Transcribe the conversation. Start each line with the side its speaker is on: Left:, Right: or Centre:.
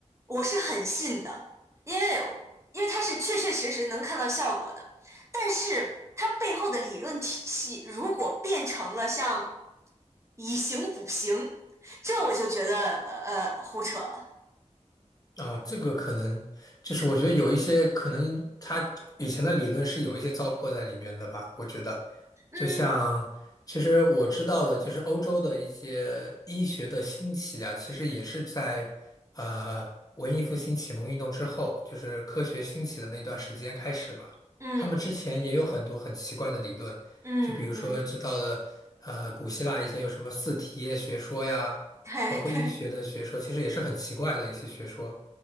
Right: 我是很信的，因为因为它是确确实实能看到效果的。但是它背后的理论体系，如果变成了像以形补形，这我就觉得呃呃胡扯了。
Left: 啊，这个可能就是我觉得有一些可能他以前的理论是有一些糟粕在里边的吧，我觉得，
Right: 嗯
Left: 就像其实我知道的，就是欧洲的一些医学的兴起啊，其实也是在呃文艺复兴启蒙运动之后，就是科学兴起的那段时间开始吧。
Right: 嗯
Left: 他们之前也有很多很奇怪的理论，
Right: 嗯嗯，
Left: 就比如说知道的呃古希腊以前有什么四体液学说呀，
Right: 对对，
Left: 包括医学的学说，其实也是很奇怪的一些学说。